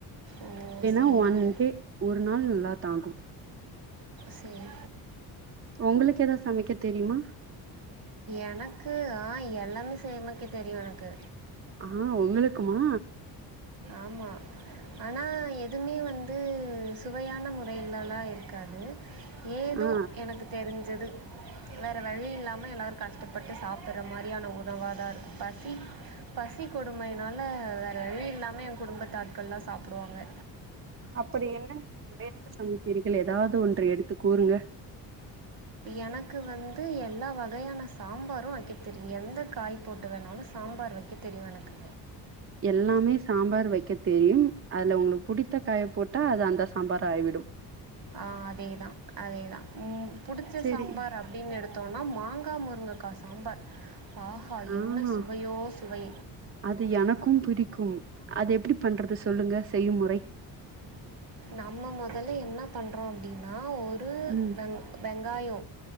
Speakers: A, on the right (about 60°); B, on the right (about 35°).
A: ஓ சரிங்க
B: அ ஒன்டே ஒரு நாள் நல்ல தான்
A: சேரி
B: உங்களுக்கு ஏதாவது சமைக்க தெரியுமா
A: எனக்கு ஆ எல்லாமே செமைக்க தெரியும் எனக்கு
B: ஆஹ் உங்களுக்குமா
A: ஆமா ஆனா எதுவுமே வந்து சுவையான முறையிலல்லாம் இருக்காது ஏதோ
B: ஆ
A: எனக்கு தெரிஞ்சது வேற வழி இல்லாம எல்லா கஷ்டப்பட்டு சாப்பிடடுற மாதிரி யான உணவா தான் இருக்கு பசி பசி கொடுமையினால வேற வழி இல்லாம குடும்பத்தாட்கள்லாம் சாப்பிடுவாங்க
B: அப்படி என்ன நீங்க சமைக்கிறிர்கள் ஏதாவது ஒன்று எடுத்து கூறுங்க
A: எனக்கு வந்து எல்லா வகையான சாம்பாரும் வைக்க தெரியும் எந்த காய போட்டு வேணாலும் சாம்பார் வைக்க தெரியும் எனக்கு
B: எல்லாமே சாம்பார் வைக்க தெரியும் அதுல உங்களுக்கு பிடித்த காய போட்டா அது அந்த சாம்பார் ஆகிவிடும்
A: அதேதா அதேதா ம் உனகு புடிச்ச
B: சேரி
A: சாம்பாரு அப்படின்னு எடுத்தோம்னா மாங்கா முருங்கக்கா சாம்பார் ஆஹா
B: ஆ
A: என்ன சுவையோ சுவை
B: அது எனக்கு பிடிக்கு அது எப்படி பண்றது சொல்லுங்க செய்யும் முறை
A: நம்ம முதல்ல என்ன பண்ணுறோ அப்டின்னா ஒரு
B: ம்
A: வெங வெங்காய